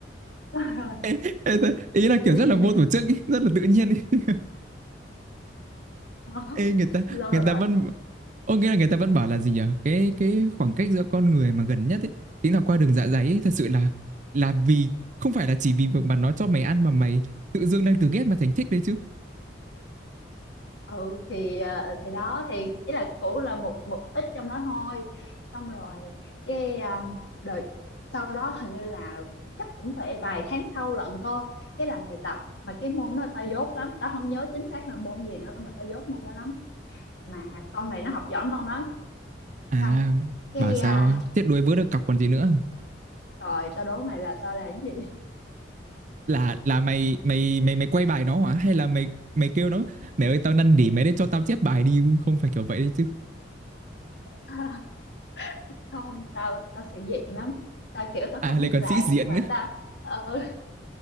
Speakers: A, on the left; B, on the right.
A: <laughs> Xong rồi
B: <laughs> ý là kiểu
A: <laughs>
B: rất là vô tổ chức ý, rất là tự nhiên ý.
A: đó.
B: Ê, người ta
A: xong
B: người
A: rồi
B: ta vẫn ok là người ta vẫn bảo là gì nhở cái cái khoảng cách giữa con người mà gần nhất ấy chính là qua đường dạ dày ấy thật sự là là vì không phải là chỉ vì việc mà nó cho mày ăn mà mày tự dưng đang từ ghét mà thành thích đấy chứ
A: ừ thì ờ, thì đó thì ý là cũ là một một ít trong đó thôi xong rồi cái um, đợt sau đó hình như là chắc cũng phải vài tháng sau lận cơ cái làm bài tập mà cái môn đó tao dốt lắm tao không nhớ chính xác là môn gì nữa mà tao dốt môn đó lắm mà con này nó học giỏi môn đó
B: à
A: xong cái
B: bảo sao
A: à,
B: chết đuối vớ được cọc còn gì nữa
A: rồi tao đố mày là tao làm cái gì
B: là là mày mày mày mày quay bài nó hả hay là mày mày kêu nó mẹ ơi tao năn nỉ mày đấy cho tao chép bài đi không phải kiểu vậy đấy chứ
A: <laughs> không tao tao sĩ diện lắm tao kiểu tao
B: à
A: không
B: lại
A: biết
B: còn
A: làm
B: sĩ diện
A: nhưng mà
B: nữa
A: tao ừ,